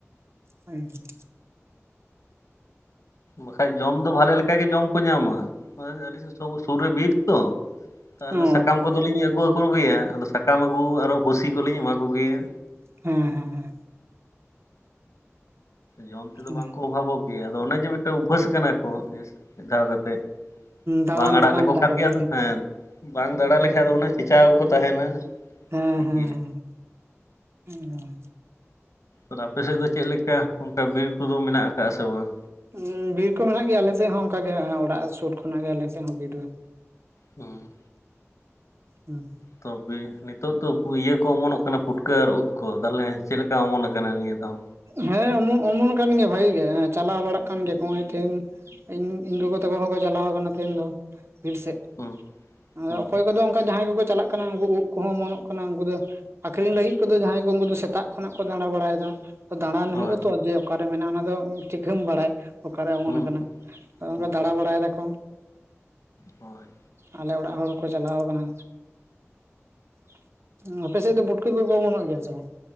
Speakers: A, on the right; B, on the left.
A: ᱦᱳᱭ ᱦᱳᱭ᱾
B: ᱵᱟᱠᱷᱟᱡ ᱡᱚᱢ ᱫᱚ ᱵᱷᱟᱞᱮ ᱞᱮᱠᱟᱜᱮ ᱡᱚᱢ ᱠᱚ ᱧᱟᱢᱟ᱾ <inaudible> ᱥᱚᱵᱩ ᱥᱩᱨ ᱨᱮ ᱵᱤᱨ ᱛᱚ ᱛᱟᱦᱚᱞᱮ
A: ᱚ
B: ᱥᱟᱠᱟᱢ ᱠᱚᱫᱚ ᱞᱤᱧ ᱤᱧ ᱟᱹᱜᱩ ᱟᱠᱚ ᱜᱮᱭᱟ ᱟᱫᱚ ᱥᱟᱠᱟᱢ ᱟᱹᱜᱩ ᱟᱨᱦᱚ ᱵᱷᱩᱥᱤ ᱠᱚᱞᱤᱧ ᱮᱢᱟ ᱠᱚᱜᱮᱭᱟ᱾
A: ᱦᱮᱸ ᱦᱮᱸ ᱦᱮᱸ᱾
B: ᱡᱚᱢ ᱛᱮᱫᱚ
A: ᱦᱮᱸ
B: ᱵᱟᱝᱠᱚ ᱚᱵᱷᱟᱵᱚᱜ ᱜᱮᱭᱟ ᱟᱫᱚ ᱚᱱᱮ ᱡᱮ ᱢᱤᱫᱴᱮᱱ ᱩᱵᱟᱹᱥ ᱠᱟᱱᱟ᱾ <inaudible> ᱢᱤᱫ ᱫᱷᱟᱣ ᱠᱟᱛᱮ
A: ᱫᱟᱬᱟᱱ
B: ᱵᱟᱝ ᱟᱲᱟᱜ
A: ᱫᱟᱬᱟᱱ
B: ᱞᱮᱠᱚ
A: ᱴᱟᱜ
B: ᱠᱷᱟᱱ
A: ᱠᱟᱛᱮ
B: ᱜᱮ ᱟᱫᱚ ᱦᱮᱸ ᱵᱟᱝ ᱫᱟᱲᱟ ᱞᱮᱠᱷᱟᱡ ᱫᱚ ᱚᱱᱮ ᱪᱮᱪᱟᱣ ᱜᱮᱠᱚ ᱛᱟᱦᱮᱱᱟ᱾
A: ᱦᱮᱸ
B: ᱮᱠᱤᱨᱮ
A: ᱦᱮᱸ ᱦᱮᱸ, ᱮᱠᱫᱚᱢ᱾
B: ᱟᱨ ᱟᱯᱮ ᱥᱮᱫ ᱫᱚ ᱪᱮᱫ ᱞᱮᱠᱟ ᱚᱱᱠᱟ ᱵᱤᱨ ᱠᱚᱫᱚ ᱢᱮᱱᱟᱜ ᱠᱟᱫᱟ ᱥᱮ ᱵᱟᱝ?
A: ᱩᱸ ᱵᱤᱨ ᱠᱚ ᱢᱮᱱᱟᱜ ᱜᱮᱭᱟ ᱟᱞᱮ ᱥᱮᱫ ᱦᱚᱸ ᱚᱱᱠᱟ ᱜᱮ ᱚᱲᱟᱜ ᱥᱩᱨ ᱠᱷᱚᱱᱟᱜ ᱜᱮ ᱟᱞᱮ ᱥᱮᱫ ᱦᱚᱸ ᱵᱤᱨ ᱫᱚ᱾
B: ᱦᱩᱸ,
A: ᱦᱩᱸ,
B: ᱛᱚᱵᱮ ᱱᱤᱛᱚᱜ ᱛᱚ ᱤᱭᱟᱹ ᱠᱚ ᱚᱢᱚᱱᱚᱜ ᱠᱟᱱᱟ ᱯᱩᱴᱠᱟᱹ ᱟᱨ ᱩᱫ, ᱠᱚ ᱛᱟᱦᱚᱞᱮ ᱪᱮᱫ ᱞᱮᱠᱟ ᱚᱢᱚᱱ ᱠᱟᱱᱟ ᱱᱤᱭᱟᱹ ᱫᱷᱟᱣ᱾
A: ᱦᱮᱸ ᱚᱢ ᱚᱢᱚᱱ ᱠᱟᱱ ᱜᱮᱭᱟ ᱵᱷᱟᱜᱤ ᱜᱮ ᱪᱟᱞᱟᱣ ᱵᱟᱲᱟᱜ ᱠᱟᱱ ᱜᱮᱠᱚ ᱱᱚᱜ-ᱚᱭ ᱛᱮᱦᱤᱧ, ᱤᱧ ᱤᱧ ᱜᱚᱜᱚ ᱛᱟᱠᱚ ᱦᱚᱸᱠᱚ ᱪᱟᱞᱟᱣ ᱠᱟᱱᱟ ᱛᱮᱦᱤᱧ ᱫᱚ ᱵᱤᱨ ᱥᱮᱡ᱾
B: ᱦᱩᱸ
A: ᱟᱫᱚ
B: ᱦᱩᱸ
A: ᱚᱠᱚᱭ ᱠᱚᱫᱚ ᱚᱱᱠᱟ ᱡᱟᱦᱟᱸᱭ ᱠᱚᱠᱚ ᱪᱟᱞᱟᱜ ᱠᱟᱱᱟ ᱩᱱᱠᱩ ᱩᱫ ᱠᱚᱦᱚᱸ ᱚᱢᱚᱱᱚᱜ ᱠᱟᱱᱟ ᱩᱱᱠᱩ ᱫᱚ ᱟᱠᱷᱹᱨᱤᱧ ᱞᱟᱹᱜᱤᱫ ᱠᱚᱫᱚ ᱡᱟᱦᱟᱸᱭ ᱩᱱᱠᱩ ᱫᱚ ᱥᱮᱛᱟᱜ ᱠᱷᱚᱱᱟᱜ ᱠᱚ ᱫᱟᱬᱟ ᱵᱟᱲᱟᱭ ᱫᱟ ᱫᱟᱬᱟᱱ
B: ᱦᱳᱭ
A: ᱦᱩᱭᱩᱜ-ᱟ ᱛᱚ ᱡᱮ ᱚᱠᱟᱨᱮ ᱢᱮᱱᱟᱜ-ᱟ ᱚᱱᱟ ᱫᱚ ᱪᱤᱠᱟᱹᱢ ᱵᱟᱲᱟᱭ ᱚᱠᱟᱨᱮ ᱚᱢᱚᱱ
B: ᱦᱩᱸ
A: ᱠᱟᱱᱟ ᱚᱱᱠᱟ
B: ᱦᱩᱸ
A: ᱫᱟᱬᱟ ᱵᱟᱲᱟᱭ ᱫᱟᱠᱚ᱾
B: ᱦᱳᱭ᱾
A: ᱟᱞᱮ ᱚᱲᱟᱜ ᱦᱚᱲᱠᱚ ᱪᱟᱞᱟᱣ ᱠᱟᱱᱟ᱾ <inaudible> ᱟᱯᱮ ᱥᱮᱫ ᱫᱚ ᱵᱩᱴᱠᱟᱹ ᱠᱚᱠᱚ ᱚᱢᱚᱱᱚᱜ ᱜᱮᱭᱟ ᱥᱮ ᱵᱟᱝ?